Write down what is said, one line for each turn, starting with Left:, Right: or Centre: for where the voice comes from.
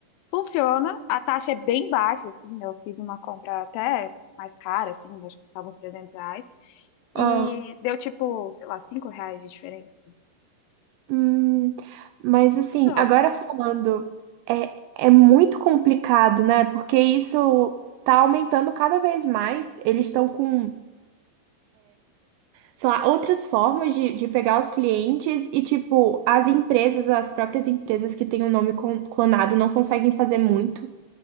Left: Funciona, a taxa é bem baixa, assim, eu fiz uma compra até mais cara, assim, acho que custava uns 300 reais, e
Right: Ah.
Left: deu tipo, sei lá, 5 reais de diferença.
Right: Hum, mas assim,
Left: Funciona.
Right: agora falando, é, é muito complicado, né? Porque isso tá aumentando cada vez mais. Eles estão com, sei lá, outras formas de, de pegar os clientes e, tipo, as empresas, as próprias empresas que têm o nome clon- clonado não conseguem fazer muito